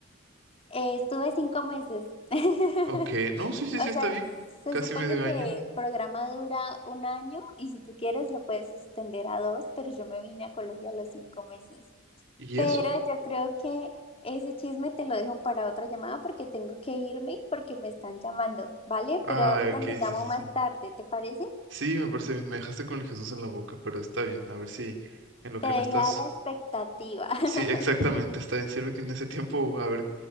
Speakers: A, on the left; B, on the right.
A: Eh, estuve cinco meses. <laughs>
B: Ok, no, sí, sí, sí,
A: O
B: está
A: sea,
B: bien.
A: se
B: Casi
A: supone
B: medio
A: que
B: año.
A: el programa dura un año y si tú quieres lo puedes extender a dos, pero yo me vine a Colombia a los cinco meses.
B: ¿Y
A: Pero
B: eso?
A: yo creo que ese chisme te lo dejo para otra llamada porque tengo que irme porque me están llamando, ¿vale?
B: Ah,
A: Pero ahorita
B: ok,
A: te llamo
B: sí, sí,
A: más
B: sí.
A: tarde, ¿te parece?
B: Sí, me parece bien. Me dejaste con el Jesús en la boca, pero está bien. A ver si en lo que
A: Te dejé
B: no estás.
A: a la expectativa. <laughs>
B: Sí, exactamente, está bien. Sirve que en ese tiempo, a ver,